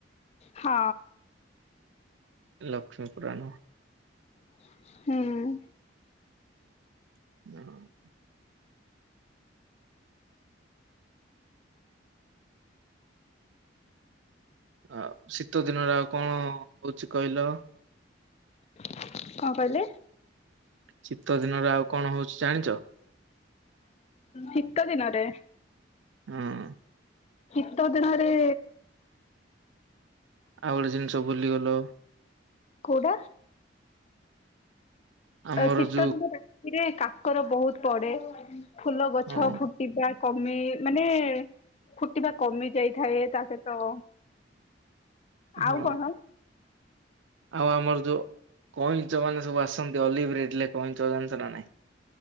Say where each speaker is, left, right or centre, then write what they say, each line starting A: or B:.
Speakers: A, on the left (about 35°); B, on the right (about 80°).
A: ହଁ।
B: ଲକ୍ଷ୍ମୀପୁରାଣ
A: ହୁଁ।
B: <unintelligible> ଆଉ ଶୀତ ଦିନରେ ଆଉ କଣ ହଉଛି କହିଲ?
A: କଣ କହିଲେ?
B: ଶୀତ ଦିନରେ ଆଉ କଣ ହଉଛି ଜାଣିଛ?
A: ସିତ ଦିନରେ?
B: ହଁ।
A: ସିତ ଦିନରେ
B: ଆଉ ଗୋଟେ ଜିନିଷ ଭୁଲି ଗଲ।
A: କୋଉଟା?
B: ଆମର
A: ଶୀତ
B: ଯୋଉ
A: ଦିନ ରାତିରେ କାକର ବହୁତ ପଡେ। ଫୁଲ ଗଛ
B: ହଁ
A: ଫୁଟିବା କ ମାନେ ଫୁଟିବା କମି ଯାଇଥାଏ ତା ସହିତ
B: ହଁ
A: ଆଉ କଣ
B: ଆଉ ଆମର ଯୋଉ କଇଁଚ ମାନ ସବୁ ଆସନ୍ତି ଆଲିଭ୍ ରିଡଲେ କଇଁଚ ଜାଣିଛ ନା ନାହିଁ।